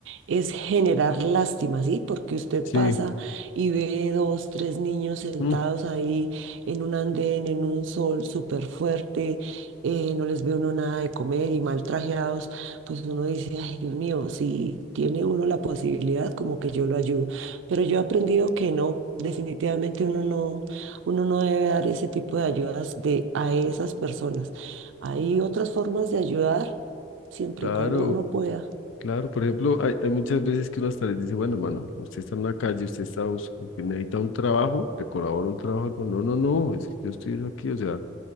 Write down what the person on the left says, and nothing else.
sí,
mm,
claro,
claro. Por ejemplo, hay, hay muchas veces que uno hasta les dice, bueno, hermano, usted está en la calle, usted está, bus- que necesita un trabajo, le colaboro un trabajo. algo". No, no, no, es que yo estoy aquí, o sea,